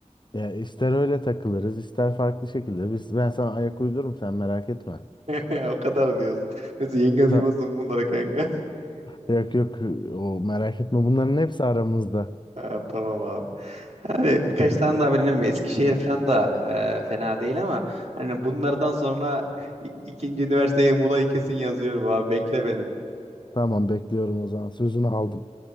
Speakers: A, on the left; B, on the right.
A: Ya ister öyle takılırız, ister farklı şekilde. Biz ben sana ayak uydururum sen merak etme.
B: <laughs> O kadar diyoruz. Neyse yenge duymasın
A: Sen,
B: bunlara kanka. <laughs>
A: yok yok o merak etme. Bunların hepsi aramızda.
B: Ha, tamam abi. Hani birkaç tane daha benim Eskişehir falan da e, fena değil ama hani bunlardan sonra i- ikinci üniversiteye Muğla'yı kesin yazıyorum abi bekle beni.
A: Tamam bekliyorum o zaman. Sözünü aldım.